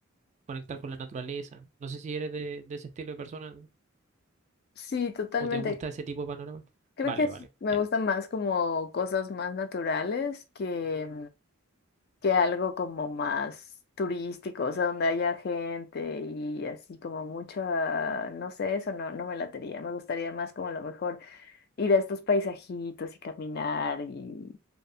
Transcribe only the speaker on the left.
Sí, totalmente.
Creo
que sí,
me
gustan más como cosas más naturales que, que algo como más turístico, o sea, donde haya gente y así como mucha, no sé, eso no, no me latería, me gustaría más como a lo mejor ir a estos paisajitos y caminar y